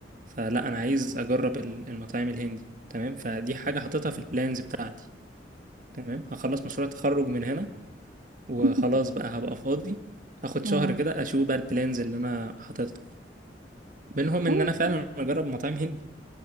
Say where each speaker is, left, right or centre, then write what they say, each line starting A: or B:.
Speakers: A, on the right (about 50°); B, on the right (about 65°).
A: فلا انا عايز اجرب ال- المطاعم الهندي تمام فدي حاجة حاططها في البلانز بتاعتي تمام هخلص مشروع التخرج من هنا وخلاص
B: <laughs>
A: بقى هبقى فاضي اخد شهر
B: اه
A: كده اشوف بقى البلانز اللي انا حاططها منهم
B: طيب
A: ان انا فعلا
B: طيب.
A: اجرب مطاعم هندي